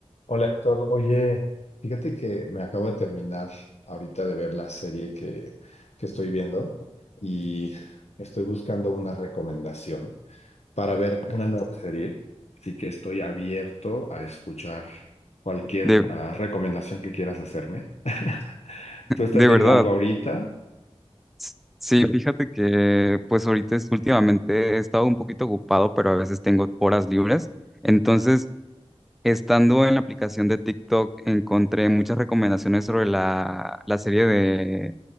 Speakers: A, on the left; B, in the centre.
A: Hola Héctor, oye, fíjate que me acabo de terminar ahorita de ver la serie que, que estoy viendo y estoy buscando una recomendación para ver una nueva serie, así que estoy abierto a escuchar cualquier
B: De,
A: ah, recomendación que quieras hacerme. <laughs> ¿Tú estás
B: de
A: viendo
B: verdad.
A: algo ahorita?
B: S- Sí, fíjate que pues ahorita es- últimamente he estado un poquito ocupado, pero a veces tengo horas libres. Entonces, estando en la aplicación de TikTok, encontré muchas recomendaciones sobre la, la serie de